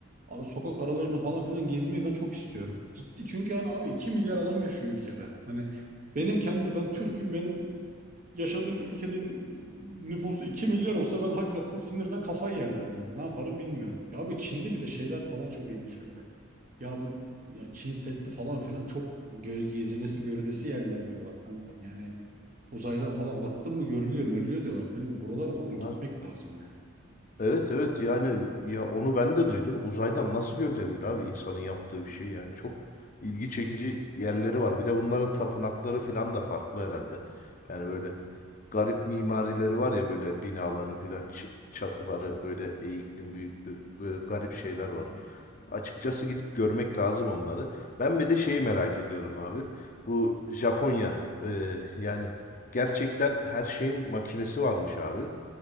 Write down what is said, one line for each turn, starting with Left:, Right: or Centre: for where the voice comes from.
Right: abi sokak aralarını falan filan gezmeyi ben çok istiyorum. Ciddi çünkü yani abi 2 milyar adam yaşıyor ülkede. Hani benim kendi ben Türk'üm. Benim yaşadığım ülkenin nüfusu 2 milyar olsa ben hakikaten sinirden kafayı yerdim herhalde. Ne yaparım bilmiyorum. Ya abi Çin'de bir de şeyler falan çok ilginç Gökay. Ya bu ya Çin Seddi falan filan çok göz gezilesi görülesi yerler diyorlar kanka. Yani uzaydan falan baktın mı görülüyor mörülüyor diyorlar kanka. Buralara falan
Left: Hı.
Right: gitmek lazım ya.
Left: Evet evet yani ya onu ben de duydum. Uzaydan nasıl görülebilir abi insanın yaptığı bir şey yani çok ilgi çekici yerleri var. Bir de bunların tapınakları filan da farklı herhalde. Yani böyle garip mimarileri var ya böyle binaları filan ç- çatıları böyle eğikli büyüklü böyle garip şeyler var. Açıkçası gidip görmek lazım onları. Ben bir de şeyi merak ediyorum abi. Bu Japonya e, yani gerçekten her şeyin makinesi varmış abi.